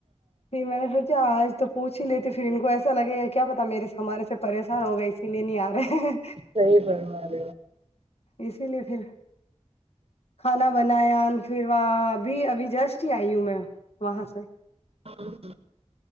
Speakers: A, on the left (about 60°); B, on the right (about 55°).
A: پ میں نے پھر اچ آج تو پوچھ ہی لیتی پھر ان کو ایسا لگے کیا پتا میرے س ہمارے سے پریشان ہو گئے اسی لیے نہیں آ رہے ہیں
B: صیح بمار
A: اسی لیے پھر کھانا بنایا پھر وہاں ابھی ابھی جسٹ ہی آئی ہوں میں و ہاں سے
B: ہو